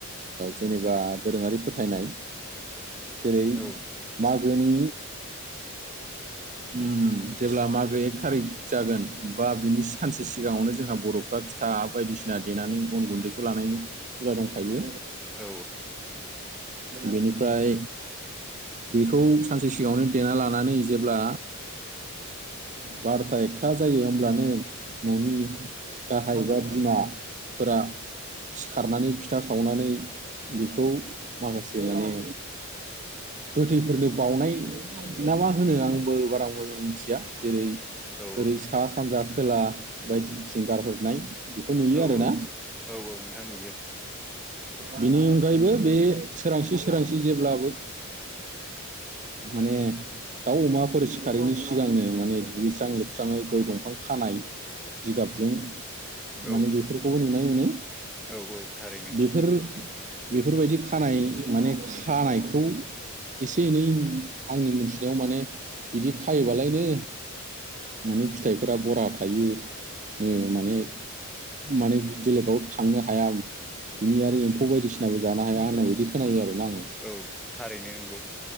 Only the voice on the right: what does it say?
जेनेबा दोरोङारि फोथायनाय जेरै
मागोनि ओम जेब्ला मागो एक थारिक जागोन बा बिनि सानसे सिगाङावनो जोंहा बर' एबा फिथा बायदिसिना देनानै अन गुन्दैखौ लानायनि हुदा दंखायो
बेनिफ्राय बेखौ सानसे सिगाङावनो देना लानानै जेब्ला बार'था एकथा जायो होमब्लानो न'नि गाहाय बा बिमाफोरा सिखारनानै फिथा सावनानै बेखौ माखासे माने गोथैफोरनो बावउनाय ना मा होनो आंबो बारा मोजां मिथिया जेरै
ओरै सा सानजा खोला बायदि थिंगारहरनाय बेखौ नुयो
आरो ना
बेनि अनगायैबो बे सोरांसि सोरांसि जेब्लाबो माने दाउ अमाफोर सिखारिनि सिगां सिगांनो माने दुगैस्रां लोबस्राङै गय दंफां खानाय जिगाबजों
माने बेफोरखौबो नुनाय मोनो
बेफोर बेफोरबायदि खानाय माने खानायखौ एसे एनै आंनि मोनथिनायाव माने बिदि खायोबालायनो माने फिथाइफोरा बरा थायो माने माने बेलेगाव थांनो हाया बिनि आरो एम्फौ बायदिसिनाबो जानो हाया होननाय बायदि खोनायो आरोना आङो